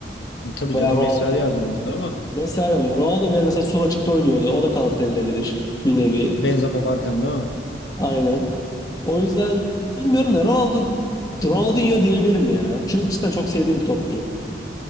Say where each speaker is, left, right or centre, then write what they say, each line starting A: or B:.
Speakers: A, on the left; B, on the left.
A: Tabii
B: Veya
A: canım
B: Ronaldo.
A: Messi her yerde oynadı ama
B: Messi her oynuyor. Ronaldo bir ara mesela sol açıkta oynuyordu. O da kanat denilebilir. Bir nevi.
A: Benzema varken değil mi?
B: Aynen. O yüzden bilmiyorum da Ronaldo Ronaldinho diyebilirim ya. Çünkü cidden çok sevdiğim bir topçu.